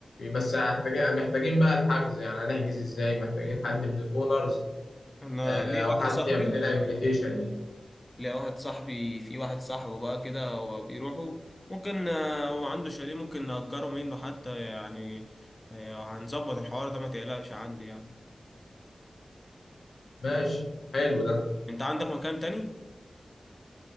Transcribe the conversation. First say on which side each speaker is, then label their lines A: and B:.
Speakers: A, on the left; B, on the left.
A: بس محتاجين محتاجين بقى الحجز يعني هنحجز إزاي محتاجين حد من الأونرز
B: انا
A: آه،
B: ليا
A: أو
B: واحد
A: حد
B: صاحبي
A: يعمل لنا انفيتيشن
B: لا واحد صاحبي في واحد صاحبه بقى كده هو بيروحوا ممكن آه، هو عنده شاليه ممكن نأجره منه حتى يعني آه، هنظبط الحوار ده ما تقلقش عندي يعني
A: ماشي حلو ده
B: انت عندك مكان تاني؟